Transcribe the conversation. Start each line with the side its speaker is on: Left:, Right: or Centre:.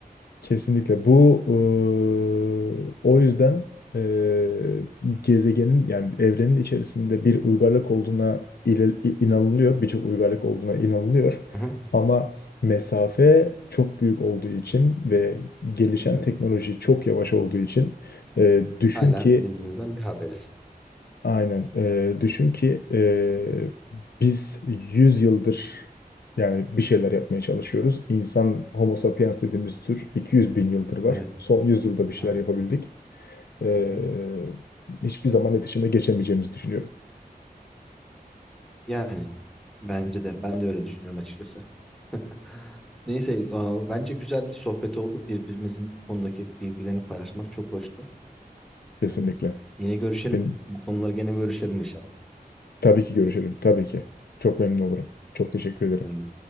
Left: Kesinlikle. Bu eee, o yüzden eee, gezegenin yani evrenin içerisinde bir uygarlık olduğuna ile- inanılıyor. Birçok uygarlık olduğuna inanılıyor.
Centre: Hı hı.
Left: Ama mesafe çok büyük olduğu için ve gelişen
Centre: Bilmiyorum.
Left: teknoloji çok yavaş olduğu için eee, düşün
Centre: Hala
Left: ki
Centre: birbirimizden bir haberiz.
Left: Aynen. Ee, düşün ki ee, biz 100 yıldır yani bir şeyler yapmaya çalışıyoruz. İnsan Homo sapiens dediğimiz tür 200 bin yıldır var.
Centre: Evet,
Left: Son yüz yılda bir şeyler
Centre: aynen.
Left: yapabildik. Ee,
Centre: Hı hı.
Left: hiçbir zaman iletişime geçemeyeceğimizi düşünüyorum.
Centre: Yani bence de ben de öyle düşünüyorum açıkçası. <laughs> Neyse, aa, bence güzel bir sohbet oldu. Birbirimizin bu konudaki bilgilerini paylaşmak çok hoştu.
Left: Kesinlikle.
Centre: Ee, yine görüşelim.
Left: Benim,
Centre: Bu konuları gene görüşelim inşallah.
Left: Tabii ki görüşelim. Tabii ki. Çok memnun olurum. Çok teşekkür ederim.
Centre: Kendine